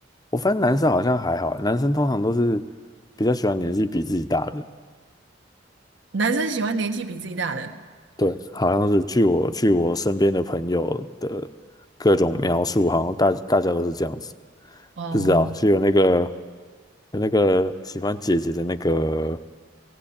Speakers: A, on the left (about 20°); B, on the right (about 70°).
A: 我发现男生好像还好，男生通常都是比较喜欢年纪比自己大的，
B: <laughs> 男生喜欢年纪比自己大的
A: 对，好像是据我据我身边的朋友的各种描述，好像大大家都是这样子，
B: 哦，
A: 不知道是有那个有那个喜欢姐姐的那个